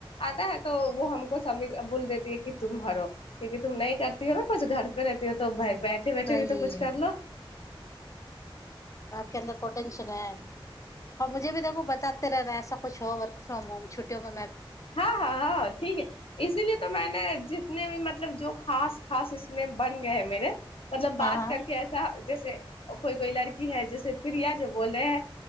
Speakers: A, on the left; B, on the left.
A: आता है त वो हमको समी बोल देतीै कि तुम हरो कि तुम न करती हो ने कछु घर पे रहती हो त भ बैठे बैठे
B: सही
A: भी तो कछ
B: है
A: करलो
B: केन्द्रक टेंशन है आ मुझे भ देखू बताते रहनाऐसा छओ वर्क फ्रोम छुटिय मे
A: हँ हँ हँ ठीक है इसीलिए तऽ मैने जितने भी मतलब मतलब जो खास खास इसमे बन गए है मेे मतलब
B: हाँ
A: बात करके ऐसा ज कोइ कोई लड़की है जैसे प्रिया जो बोल रहे है